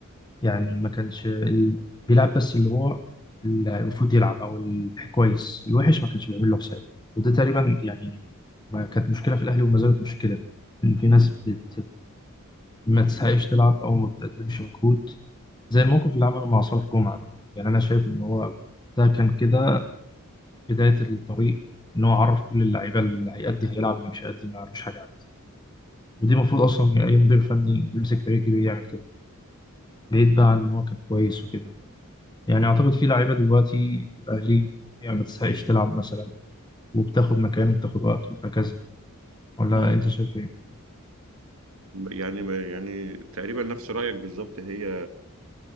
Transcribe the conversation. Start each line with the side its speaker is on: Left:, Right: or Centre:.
Left: يعني ما كانش ال... بيلعب بس اللي هو اللي المفروض يلعب او الكويس الوحش ما كانش بيعمل له حساب وده تقريبا يعني ما كانت مشكله في الاهلي وما زالت مشكله ان في ناس بت... ما تسعيش تلعب او ما بتقدمش مجهود زي الموقف اللي عمله مع صالح جمعه ده يعني انا شايف ان هو ده كان كده بدايه الطريق ان هو عرف كل اللعيبه اللي هيأدي هيلعب اللي مش هيأدي ما مش حاجه عندي ودي المفروض اصلا اي مدير فني يمسك فريق كبير يعمل كده بعيد بقى عن ان هو كان كويس وكده يعني اعتقد في لعيبه دلوقتي في الاهلي يعني ما تستحقش تلعب مثلا وبتاخد مكانه وبتاخد وقته وهكذا ولا
Right: مم.
Left: انت شايف ايه
Right: يعني يعني تقريبا نفس رأيك بالظبط هي